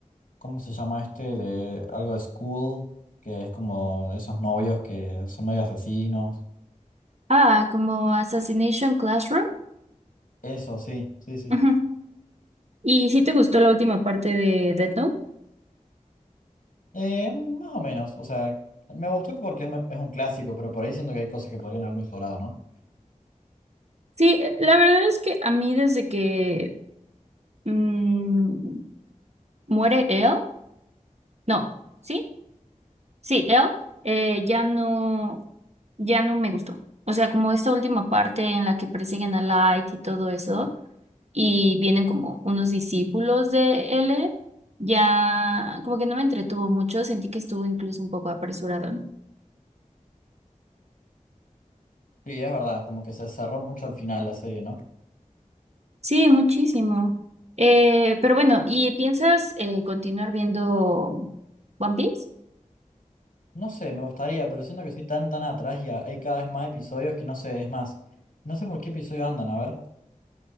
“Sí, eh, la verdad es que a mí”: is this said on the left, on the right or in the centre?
Right